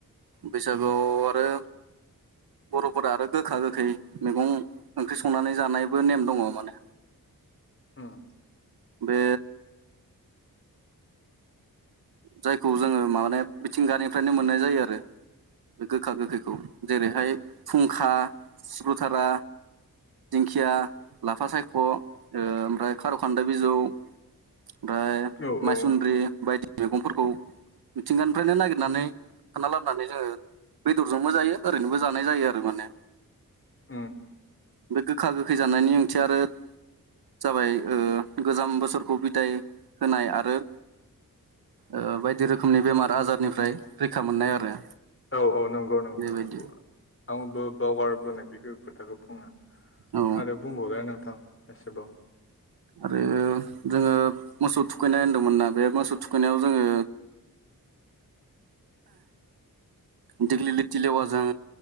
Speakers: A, on the right (about 80°); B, on the left (about 35°).
A: बैसागुआव आरो बर'फोरा आरो गोखा गोखै मैगं ओंख्रि संनानै जानायबो नेम दङ' माने
B: उम
A: बे जायखौ जोङो माने मिथिंगानिफ्रायनो मोननाय जायो आरो। बे गोखा गोखैखौ जेरैहाय फुंखा सिब्रुथारा, दिंखिया, लाफा सायख' ओ ओमफ्राय खार'खान्दाय बिजौ ओमफ्राय
B: ओ उम औ औ
A: माइसुन्द्रि बायदि मैगंफोरखौ मिथिंगानिफ्रायनो नागिरनानै खाना लाबोनानै जोङो बेदरजोंबो जायो ओरैनोबो जानाय जायो आरो माने
B: <inaudible>
A: बे गोखा गोखै जानायनि ओंथि आरो जाबाय ओ गोजाम बोसोरखौ बिदाय होनाय आरो ओ बायदि रोखोमनि बेमार आजारनिफ्राय रैखा मोननाय आरो
B: औ औ नोंगौ नोंथां
A: बेबायदि
B: नोंगौ आंबो बावगारबोनाय बेखौ खोथाखौ बुंनो।
A: औ
B: आरो बुंबावलाय नोंथां एसेबाव।
A: आरो जोङो मोसौ थुखैनाय होनदोंमोन ना बे मोसौ थुखैनायाव जोङो दिग्लि लिथि लेवाजों